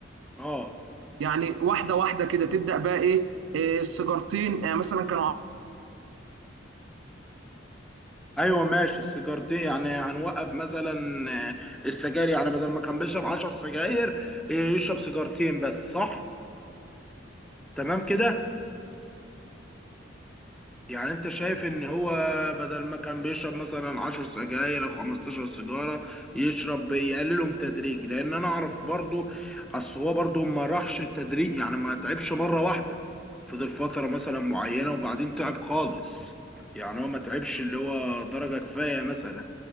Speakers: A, in the centre; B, on the right.
A: اه
B: يعني واحده واحده كده تبدا بقى ايه آه، السيجارتين آه، مثلا كانوا
A: ايوه ماشي السيجارتين يعني هنوقف مثلا آه، السجاير يعني بدل ما كان بيشرب 10 سجاير آه، يشرب سيجارتين بس صح تمام كده يعني انت شايف ان هو بدل ما كان بيشرب مثلا 10 سجاير او 15 سيجاره يشرب يقللهم تدريج لان انا اعرف برضو اصل هو برضو ما راحش تدريج يعني ما تعبش مره واحده فضل فتره مثلا معينه وبعدين تعب خالص يعني هو ما تعبش اللي هو درجه كفايه مثلا